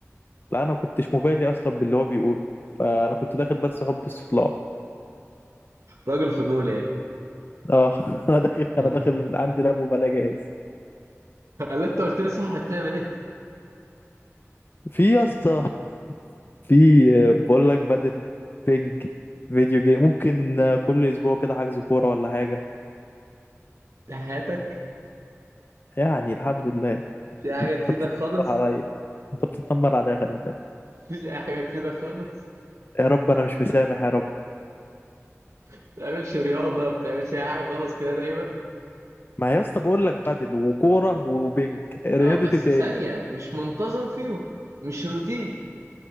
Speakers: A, on the left; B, on the right.
A: لا انا كنتش مبالي اصلا باللي هو بيقوله فانا كنت داخل بس حب استطلاع
B: راجل فضولي يعني
A: اه <laughs> انا داخل
B: <laughs>
A: انا داخل عندي لا مبالاة جاهز
B: قال لي، أنت قلت لي صح بتعمل إيه؟
A: في يا اسطى في آه، بقول لك بدل بينج فيديو جيم ممكن آه، كل اسبوع كده حجز كوره ولا حاجه
B: في حياتك
A: يعني الحمد لله
B: في حاجة
A: انت
B: تفيدك
A: بتتنمر
B: خالص
A: عليا انت بتتنمر عليا خلي بالك
B: مفيش أي حاجة تفيدك خالص
A: يا رب انا مش مسامح يا رب
B: ما بتعملش رياضة ما بتعملش أي حاجة خالص كده دايما
A: ما يا اسطى بقول لك بدل وكوره وبينج رياضه
B: اه بس
A: إيه تاني
B: ثانية مش منتظم فيهم مش روتين